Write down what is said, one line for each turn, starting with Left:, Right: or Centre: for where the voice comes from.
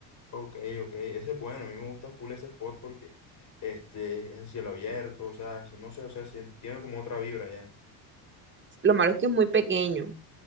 Left: ok, ok, ese es bueno, a mí me gusta full ese spot porque este, es el cielo abierto, o sea, no sé, o sea, si- tiene como otra vibra ya.
Right: Lo malo es que es muy pequeño.